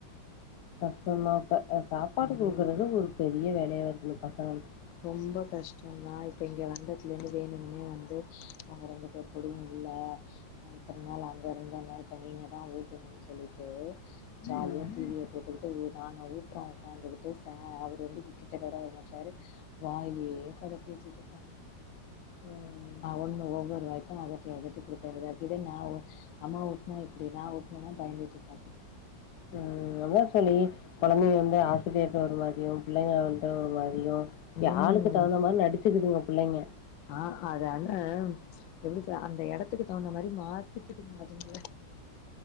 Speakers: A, on the left; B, on the left.
A: கஷ்டோந்தா அப்ப சாப்பாடு
B: ம்
A: குடுக்கறது ஒரு பெரிய வேலையா இருக்குது இந்த பசங்களுக்கு
B: ரொம்ப கஷ்டோந்தா இப்போ இங்கே வந்தத்துலருந்து வேணுனே வந்து அவங்க ரெண்டு பேரு குடியு இல்ல அ இத்தன் நாள் அங்க இருந்த என்ன இப்ப நீங்கள் தா உத்தணுன் சொல்லிட்டு ஜாலியா
A: ம்
B: டி விய போட்டுகிட்டு ஊ நாங்க ஊ அப்ரோ உக்காந்துகிட்டு சா அவுரு வந்து இட்லி கட விடமாற்றாரு வாய்லயே கொர பேசிட்ருக்காங்க
A: ம்
B: அவனுங்க ஒவ்வொருவாய்க்கு அத ட்டி அதட்டி குடுக்க வேண்டிதா இருக்கு இதே நா ஊ அம்மா ஊட்னா இப்டி நா உட்னனா பயந்துட்டு சாப்டுகு
A: ம் அதா தோழி கொழந்தைங்க வந்து ஆசிரியர்ட்ட ஒரு மாரியு பிள்ளைங்க வந்ட்டு ஒரு மாரியு யாளுக்கு
B: ம்
A: தகுந்த மாரி நடிச்சுக்குதுங்க புள்ளைங்க
B: ஆ அதான எப்டி சொல்ல அந்த எடத்துக்கு தகுந்த மாரி மாத்திக்கிதுங்க அதுங்க